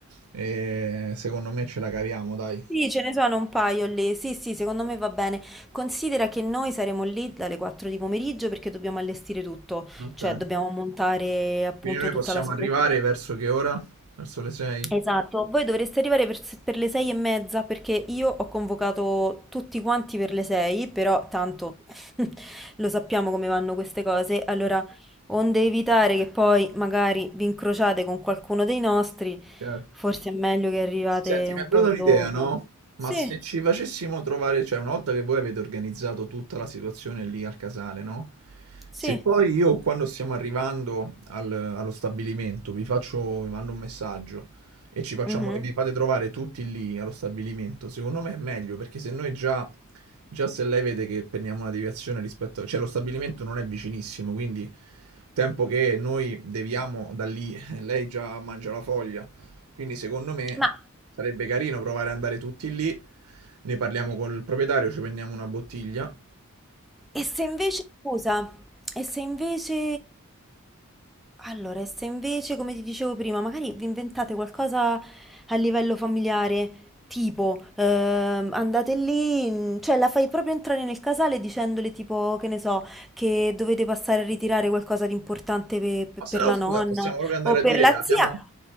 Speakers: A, on the right; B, in the centre.
A: e secondo me ce la caviamo, dai.
B: Sì, ce ne sono un paio lì. Sì, sì, secondo me va bene. Considera che noi saremo lì dalle 4 di pomeriggio perché dobbiamo allestire tutto,
A: Ok.
B: cioè dobbiamo montare appunto
A: Quindi noi
B: tutta
A: possiamo
B: la situazione.
A: arrivare verso che ora? Verso le 6?
B: Esatto, voi dovreste arrivare per, per le sei e mezza perché io ho convocato tutti quanti per le sei, però tanto <laughs> lo sappiamo come vanno queste cose, allora onde evitare che poi magari vi incrociate con qualcuno dei nostri,
A: Certo.
B: forse è meglio che arrivate
A: Senti, mi
B: un
A: è venuta
B: po'
A: un'idea,
B: dopo.
A: no? Ma
B: Sì,
A: se ci facessimo trovare, cioè una volta che voi avete organizzato tutta la situazione lì al casale, no?
B: sì.
A: Se poi io quando stiamo arrivando al- allo stabilimento vi faccio, vi mando un messaggio e ci facciamo,
B: mhm.
A: e vi fate trovare tutti lì allo stabilimento, secondo me è meglio perché se noi già, già se lei vede che prendiamo una deviazione rispetto, cioè lo stabilimento non è vicinissimo, quindi tempo che noi deviamo da lì, <laughs> lei già mangia la foglia quindi secondo me
B: Ma
A: sarebbe carino provare ad andare tutti lì, ne parliamo col proprietario, ci prendiamo una bottiglia.
B: E se invece, scusa, e se invece, allora, e se invece, come ti dicevo prima, magari vi inventate qualcosa a livello familiare, tipo, ehm, andate lì, mm, cioè la fai proprio entrare nel casale dicendole tipo, che ne so, che dovete passare a ritirare qualcosa di importante pe- pe-
A: Ma
B: per
A: se no,
B: la
A: scusa,
B: nonna
A: possiamo proprio andare
B: o
A: a
B: per
A: dire,
B: la
A: abbiamo,
B: zia.